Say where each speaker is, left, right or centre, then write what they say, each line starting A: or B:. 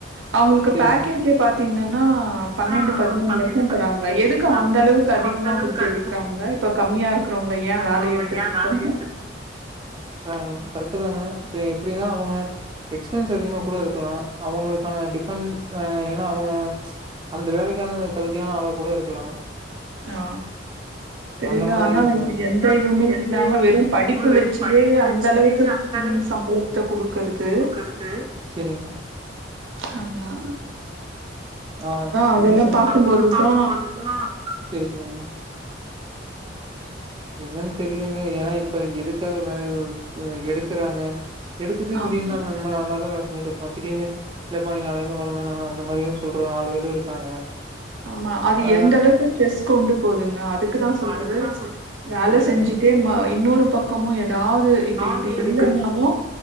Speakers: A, on the right (about 85°); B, on the right (about 25°).
A: அவுங்களுக்கு
B: சேரிங்க
A: பேக்கேஜே பாத்தீங்கன்னா பண்ணண்டு
B: ஆ
A: பதிமூனு
B: பன்னெண்டு
A: லட்ச
B: பதிமூணு
A: தராங்க
B: லட்சம்
A: எதுக்கு
B: தராங்க
A: அந்த அளவுக்கு அதிகமா
B: அந்த அளவுக்கு
A: குடுத்து
B: அதிகமா
A: எடுக்கறாங்க இப்ப கம்மியாருக்கு உங்கள ஏ
B: இருக்கிறவங்கள
A: வேலைய விட்டு
B: ஏ
A: தூக்கனு
B: வேலைய ஆ கரெக்டு தாங்க இப்ப எப்டின்னா அவுங்க எக்ஸ்பென்ஸ் அதிகமா கூட இருக்கலா அவுங்களுக்கான டிபெண் ஆ ஏனா அவுங்க அந்த வேலைக்கான தகுதியான ஆளா கூட இருக்கலா
A: ஆ தெரியல
B: அந்த மாரி
A: ஆனா
B: இருக்கலாம்ல
A: இப்ப எந்த
B: ஆனா
A: இதுவுமே
B: இதுக்கு எந்த
A: இல்லாம
B: இதுவுமே
A: வெறு
B: இல்லாம
A: படிப்பு
B: வெறு
A: வெச்சியே
B: படிப்பு வச்சியே
A: அந்த அளவுக்கு
B: அந்த அளவுக்கு
A: ம் சம்பளத்த குடுக்கறது
B: குடுக்கறது சேரிங்க
A: ஆமா
B: ஆ கம்மி
A: அதெல்லா
B: சம்பள
A: பாக்கும்போதுதா
B: செரி செரிங்க என்னன் தெரிலைங்க ஏனா இப் இப்ப எதுக்காக வேலய வு எடுக்கறாங்க எடுத்துட்டு
A: ஆம்
B: திடீர்னு ந <unintelligible> நால்லாவே வேல செஞ்சிட்ருப் இப்ப திடீர்னு இல்லப்பா நீ நாலைலந்து வர வேனா அந்த மாரியு சொல்ற ஆளுகளு இருக்காங்க
A: ஆமா அது
B: ஆ
A: எந்த அளவுக்கு ஸ்ட்ரெஸ் கொண்டு போதுங்க அதுக்குதா சொல்றது
B: அதுக்கு தான் சொல்றேன்.
A: வேல
B: கரெக்ட்டா.
A: செஞ்சிட்டே ம இன்னொரு பக்கமு எதாது இப்ப
B: ஆவது
A: இது இல்லன்னாலு
B: இப்ப